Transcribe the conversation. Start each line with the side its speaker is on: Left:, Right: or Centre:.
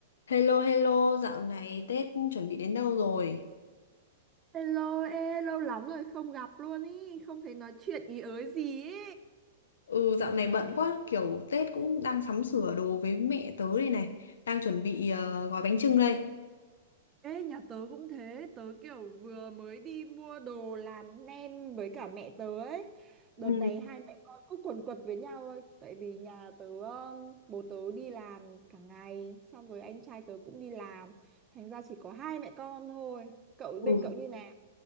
Left: Hello hello, dạo này Tết chuẩn bị đến đâu rồi?
Right: Hello, ê, lâu lắm rồi không gặp luôn ý, không thấy nói chuyện ý ới gì ý.
Left: Ừ dạo này bận quá, kiểu Tết cũng đang sắm sửa đồ với mẹ tớ đây này, đang chuẩn bị ờ, gói bánh chưng đây.
Right: Ê, nhà tớ cũng thế, tớ kiểu vừa mới đi mua đồ làm nem với cả mẹ tớ ấy. Đợt
Left: Ừ.
Right: này hai mẹ con cứ quần quật với nhau thôi, tại vì nhà tớ, um, bố tớ đi làm cả ngày, xong rồi anh trai tớ cũng đi làm, thành ra chỉ có hai mẹ con thôi. Cậu
Left: Ừ.
Right: bên cậu như nào?